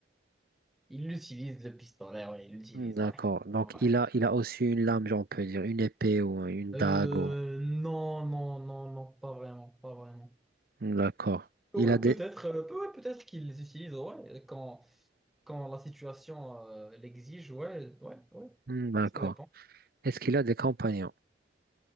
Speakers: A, in the centre; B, on the right.
A: Il utilise le pistolet, ouais, il l'utilise,
B: D'accord,
A: ouais.
B: donc
A: Ouais.
B: il a, il a aussi une lame, on peut dire, une épée ou une
A: Euh,
B: dague. ou-
A: non, non, non, non, pas vraiment, pas vraiment.
B: D'accord. Il
A: Ouais,
B: a des...
A: peut-être, euh, ouais, peut-être qu'ils les utilisent, ouais, quand, quand la situation euh, l'exige, ouais, ouais, ouais,
B: Hmm, D'accord.
A: ça dépend.
B: Est-ce qu'il a des compagnons?